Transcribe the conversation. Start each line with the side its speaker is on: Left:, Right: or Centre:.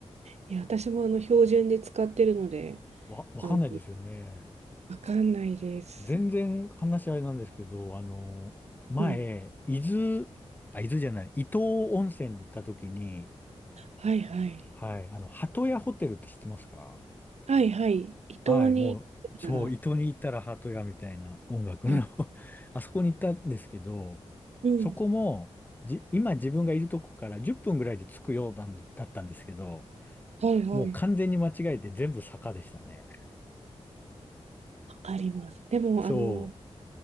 Right: や、私もあの標準で使ってるので、
Left: <laughs> わ、わかんないですよね。
Right: あの、わかんないです。
Left: 全然話あれなんですけど、あの、前、
Right: うん。
Left: 伊豆、あ、伊豆じゃない、伊東温泉に行った時に、
Right: はいはい。
Left: はい、あの、鳩屋ホテルって知ってますか
Right: はいはい。伊東に行くなら。
Left: はい、もう、そう、伊東に行ったら鳩屋みたいな音楽の
Right: はい。
Left: <laughs> あそこに行ったんですけど、
Right: うん。
Left: そこも、じ、今自分がいるとこから10分ぐらいで着くようなんでだったんですけど、
Right: はいはい。
Left: もう完全に間違えて全部坂でしたね。
Right: わかります。でも、
Left: そ
Right: あの、